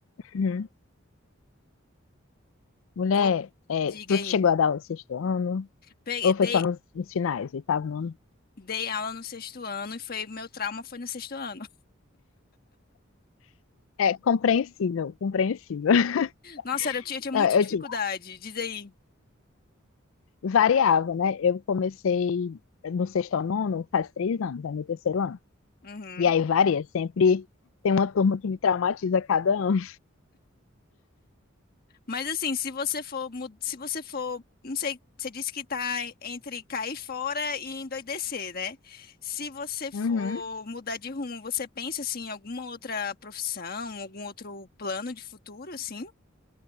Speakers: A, on the left; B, on the left.
A: uhum. Mulher,
B: Vou,
A: é,
B: diga
A: tu
B: aí.
A: chegou a dar aula no sexto ano?
B: Pe-
A: Ou foi
B: Dei,
A: só nos, nos finais, oitavo ano?
B: dei aula no sexto ano e foi meu trauma foi no sexto ano.
A: É compreensível, compreensível. <laughs>
B: Nossa, sério, eu tinha, eu tinha muita
A: Não, Eu,
B: dificuldade,
A: digo,
B: diz aí.
A: variava, né? Eu comecei no sexto ao nono faz três anos, é meu terceiro ano.
B: Uhum.
A: E aí varia, sempre tem uma turma que me traumatiza a cada ano.
B: Mas assim, se você for, mu- se você for, não sei, você disse que tá entre cair fora e endoidecer, né? Se você for
A: uhum.
B: mudar de rumo, você pensa assim, em alguma outra profissão, algum outro plano de futuro, assim?